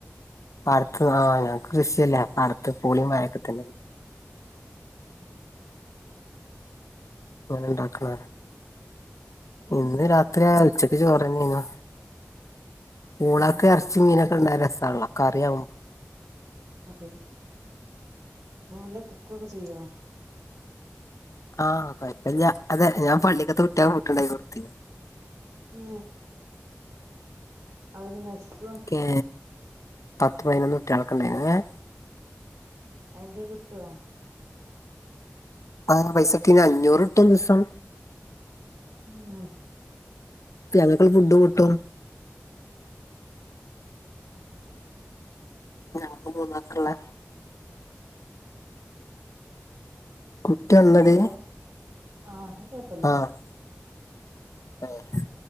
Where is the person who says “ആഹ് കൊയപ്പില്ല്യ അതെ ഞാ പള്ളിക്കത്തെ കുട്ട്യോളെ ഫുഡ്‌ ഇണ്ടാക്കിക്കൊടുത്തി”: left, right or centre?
Left